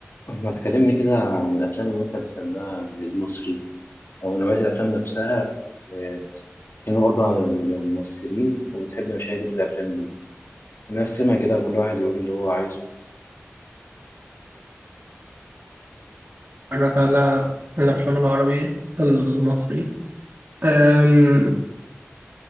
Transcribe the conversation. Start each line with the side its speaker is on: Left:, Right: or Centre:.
Left: ما تكلمني كده عن الأفلام اللي أنت بتحبها المصري أو نوعية الأفلام نفسها وكانوا برضه عن الممثلين وبتحب مشاهد إيه في الأفلام دي ونقسمها كده كل واحد يقول اللي هو عايزه
Right: اتفرج على الافلام العربية المصري أم